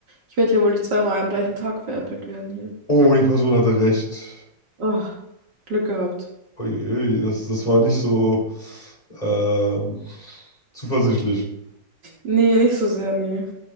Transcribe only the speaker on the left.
Oh, die Person hatte recht.
Uiuiui, das, das war nicht so ähm, zuversichtlich.